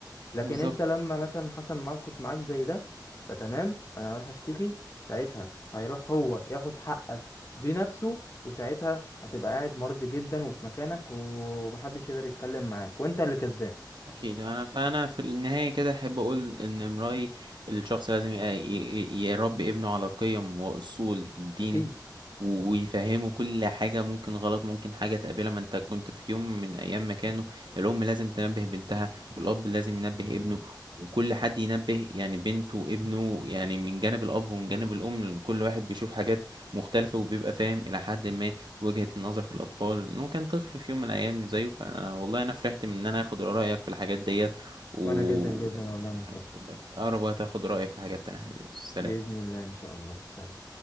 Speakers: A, on the left; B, on the right.
A: لكن
B: بالظبط
A: انت لما مثلا حصل موقف معاك زي ده فتمام انا هروح اشتكي ساعتها هيروح هو ياخد حقك بنفسه وساعتها هتبقى قاعد مرضي جدا وفي مكانك ومحدش يقدر يتكلم معاك وانت اللي كسبان
B: اكيد انا فانا في النهايه كده احب اقول ان امرأي الشخص لازم ي- ي- يربي ابنه على قيم واصول الدين
A: اكيد
B: و- ويفهمه كل حاجه ممكن غلط ممكن حاجه تقابلها ما انت كنت في يوم من ايام مكانه الام لازم تنبه بنتها والاب لازم ينبه ابنه وكل حد ينبه يعني بنته وابنه يعني من جانب الاب ومن جانب الام كل واحد بيشوف حاجات مختلفه وبيبقى فاهم الى حد ما وجهة النظر في الأطفال إنه كان طفل في يوم من الأيام زيه فأنا والله أنا فرحت من إن أنا آخد رأيك في الحاجات ديت و
A: وانا جدا جدا
B: يعني
A: والله يا مصطفى
B: حبيبي والله في أقرب وقت آخد رأيك في حاجات تانية حبيبي سلام
A: بإذن الله ان شاء الله سلام